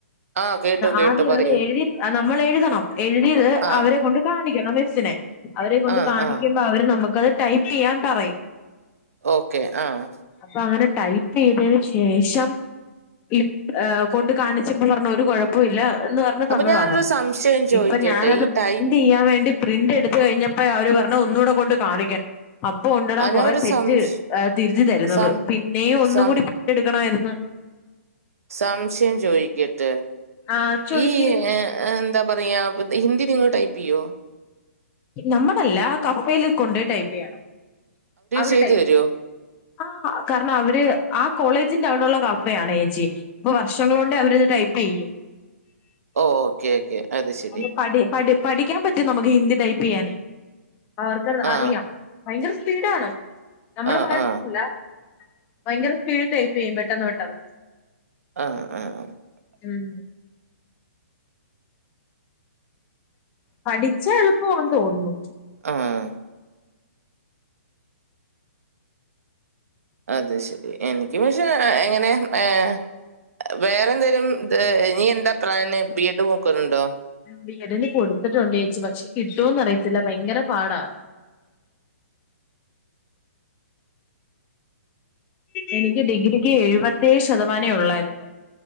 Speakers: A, on the right; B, on the left.
A: ആ കേട്ടു കേട്ടു
B: ആദ്യം
A: പറയൂ
B: അവരെ എഴുതി നമ്മൾ എഴുതണം എഴുതിയത്
A: ആ
B: അവരെ കൊണ്ട് കാണിക്കണം മിസ്സിനെ അവരെ കൊണ്ട്
A: ആ
B: കാണിക്കുമ്പോ
A: ആ
B: അവര് നമുക്കത് ടൈപ്പ് ചെയ്യാൻ പറയും
A: ഓക്കെ ആഹ്
B: അപ്പൊ അങ്ങനെ ടൈപ്പ് ചെയ്തേന് ശേഷം ഇപ് ഏഹ് കൊണ്ട് കാണിച്ചപ്പോ പറഞ്ഞ് ഒരു കൊഴപ്പോം ഇല്ല എന്ന് പറഞ്ഞ് ഞ്ഞ്
A: അപ്പൊ
B: തന്നതാണ്
A: ഞാനൊരു സംശയം ചോദിക്കട്ടെ
B: ഇപ്പ ഞാനത്
A: ഈ
B: ബൈൻഡ്
A: ടൈപ്പ്
B: ചെയ്യാൻ വേണ്ടി പ്രിന്റ് എടുത്ത് കഴിഞ്ഞപ്പെ അവര് പറഞ്ഞു ഒന്നൂടെ കൊണ്ട് കാണിക്കാൻ അപ്പൊ ഉണ്ടടാ
A: ആ,
B: കൊറെ
A: ഞാൻ ഒരു
B: തെറ്റ്
A: സംശ
B: ഏഹ് തിരിത്തി തരുന്നത്
A: സം
B: പിന്നെയും ഒന്നും
A: സം
B: കൂടി എടുക്കണായിരുന്നു
A: സംശയം ചോയിക്കട്ട്
B: ആ ചോയ്ക്ക്
A: ഈ ഏഹ് ഏഹ് എന്താ പറയാ ഹിന്ദി നിങ്ങള് ടൈപ്പ് ചെയ്യോ?
B: നമ്മളല്ല കഫേല് കൊണ്ടോയി ടൈപ്പ് ചെയ്യണം അവര്
A: ചെയ്തു
B: ടൈപ്പ്
A: തരുമോ
B: ആഹ് കാരണം അവര് ആഹ് കോളേജിന്റെ അവിടെ ഉള്ള കഫയാണ് ചേച്ചി അപ്പൊ വർഷങ്ങള് കൊണ്ടെ അവരത് ടൈപ്പ് ചെയ്യൂ
A: ഓക്കെ ഓക്കെ ശരി
B: അത് പഠി പഠി പഠിക്കാൻ പറ്റും നമ്മക്ക് ഹിന്ദി ടൈപ്പ് ചെയ്യാന് അവർക്ക് അത്
A: ആ
B: അറിയാം ഭയങ്കര സ്പീഡാണ് നമ്മള്
A: ആ
B: പറയുന്നപോലല്ല
A: ആ
B: ഭയങ്കര സ്പീഡിൽ ടൈപ്പ്‌ ചെയ്യും പെട്ടെന്ന് പെട്ടെന്ന്
A: ആഹ് ആഹ്
B: ഉം പഠിച്ചാ എളുപ്പം ആന്ന് തോന്നുന്നു
A: ആഹ് അത് ശരി എനിക്ക് പക്ഷെ എങ്ങനെ ഏഹ് വേറെ എന്തേലും ഇനീ എന്താ പ്ലാൻ ബി എഡ് നോക്കുന്നുണ്ടോ
B: ബി എഡ് കൊടുത്തിട്ടുണ്ട് ചേച്ചി പക്ഷെ കിട്ടുവോന്ന് അറിയത്തില്ല ഭയങ്കര പാടാ എനിക്ക് ഡിഗ്രിക്ക് എഴുപത്തിയേഴ് ശതമാനേ ഉള്ളായിരുന്നു